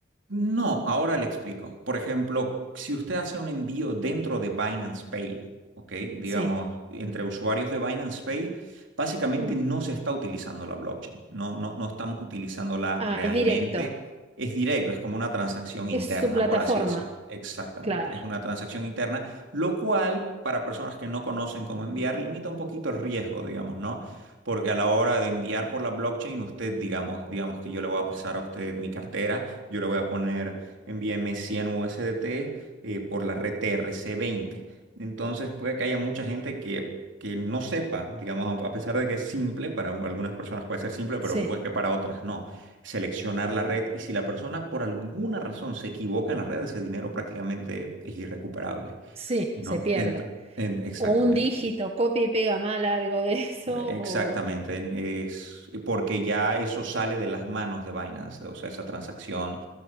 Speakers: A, on the right; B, on the right.
A: No, ahora le explico. Por ejemplo, si usted hace un envío dentro de Binance Pay, ¿ok? Digamos,
B: Sí.
A: entre usuarios de Binance Pay, básicamente
B: Mm.
A: no se está utilizando la blockchain, no, no, no estamos utilizándola
B: Ah,
A: realmente.
B: es directo,
A: Es directo, es como una transacción interna,
B: es su plataforma,
A: por así decirlo. Exactamente,
B: claro,
A: es una transacción interna, lo cual para personas que no conocen cómo enviar limita un poquito el riesgo, digamos, ¿no? Porque a la hora de enviar por la blockchain, usted, digamos, digamos que yo le voy a pasar a usted mi cartera. Yo le voy a poner, envíame 100 USDT eh, por la red TRC20. Entonces puede que haya mucha gente que, que no sepa, digamos, a a pesar de que es simple, para u- algunas personas puede ser simple, pero
B: sí.
A: puede que para otras no. Seleccionar la red y si la persona por alguna razón se equivoca en la red, ese dinero prácticamente es irrecuperable,
B: Sí,
A: ¿no?
B: se pierde.
A: Ent- en- exactamente.
B: O un dígito, copia y pega mal algo de eso,
A: Exactamente,
B: o...
A: en- es porque ya eso sale de las manos de Binance, o sea, esa transacción